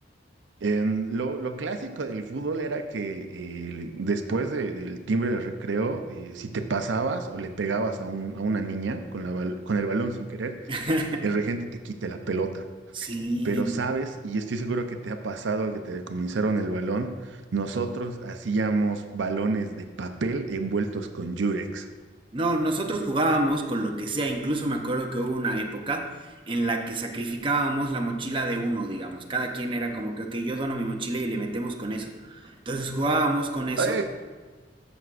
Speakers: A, on the right; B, on the right.
A: En lo, lo clásico del fútbol era que eh, después de- del timbre del recreo, eh, si te pasabas o le pegabas a, un- a una niña con, la bal- con el balón sin querer,
B: <laughs>
A: el regente te quite la pelota.
B: Sí.
A: Pero sabes, y estoy seguro que te ha pasado que te decomisaron el balón, nosotros hacíamos balones de papel envueltos con Yurex.
B: No, nosotros jugábamos con lo que sea. Incluso me acuerdo que hubo una época en la que sacrificábamos la mochila de uno, digamos. Cada quien era como que, ok, yo dono mi mochila y le metemos con eso. Entonces jugábamos con eso
A: Eh,